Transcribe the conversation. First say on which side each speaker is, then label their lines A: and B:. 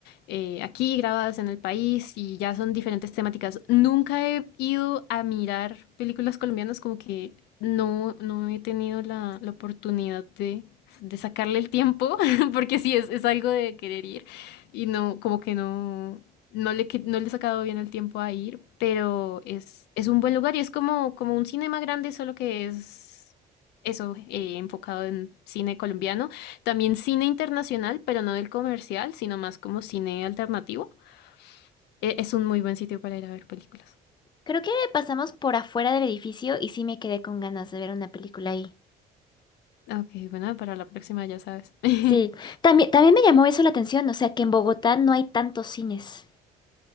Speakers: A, on the left (about 80°); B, on the left (about 25°).
A: eh, aquí grabadas en el país y ya son diferentes temáticas. Nunca he ido a mirar películas colombianas como que No, no he tenido la, la oportunidad de, de sacarle el tiempo, <laughs> porque sí, es, es algo de querer ir. Y no, como que no, no le, que- no le he sacado bien el tiempo a ir, pero es, es un buen lugar y es como, como un cinema grande, solo que es eso, eh, enfocado en cine colombiano. También cine internacional, pero no del comercial, sino más como cine alternativo. E- es un muy buen sitio para ir a ver películas.
B: Creo que pasamos por afuera del edificio y sí me quedé con ganas de ver una película ahí.
A: Ok, bueno, para la próxima ya sabes. <laughs>
B: Sí, también, también me llamó eso la atención, o sea, que en Bogotá no hay tantos cines